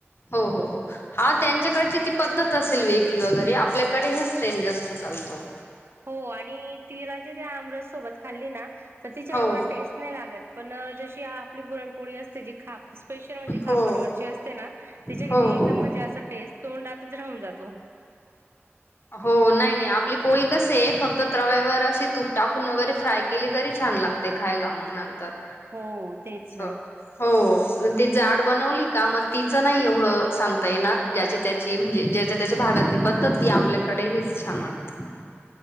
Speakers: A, on the left; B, on the right.
A: हो हो हो हा त्यांच्याकडची ती पद्धत असेल वेगळी वगैरे आपल्याकडे हेच ट्रेन जास्त चालतो
B: हो आणि तिला जरी आमरस सोबत खाल्ली ना तर तिच्या
A: हो
B: एवढा टेस्ट नाही लागत पण. जशी आप आपली पुरणपोळी असते जी खा.. स्पेशल म्हणजे खापरची
A: हो
B: असते ना त्याच्या
A: हो
B: कि एकदम
A: हो
B: म्हणजे अस टेस्ट तोंडात तच राऊून जातो
A: हो नाही नाही आपली पोळी कसे आहे फक्त त् तव्यावर अशी तूप टाक खून वगैरे फाय केली तरी छान लागते ते खायला मग नंतर तर.
B: हो तेच
A: च..
B: ना.
A: हो च.. ती जाड बनवली का मग तिचं नाही एवढं सांगता येणार ज्याची त्याची म्हणजे ज्याच्या त्याच्या भागातली पद्धत ती आपल्याकडे हिच छान वाटत